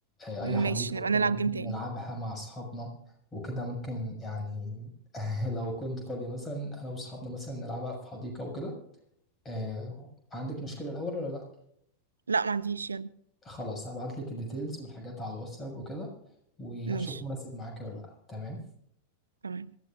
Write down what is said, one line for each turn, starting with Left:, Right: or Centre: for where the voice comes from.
Left: آه اي
Right: ماشي
Left: حديقه
Right: نبقى
Left: وكده
Right: نلعب
Left: ممكن
Right: جيم تاني
Left: نلعبها مع اصحابنا وكده ممكن يعني <laughs> لو كنت فاضي مثلا انا واصحابنا مثلا نلعبها في حديقه وكده آه عندك مشكله الاول ولا لا
Right: لا ما عنديش يلا
Left: خلاص هبعت لك الديتيلز والحاجات على الواتساب وكده وهشوف
Right: ماشي
Left: مناسب معاك ولا لا تمام
Right: تمام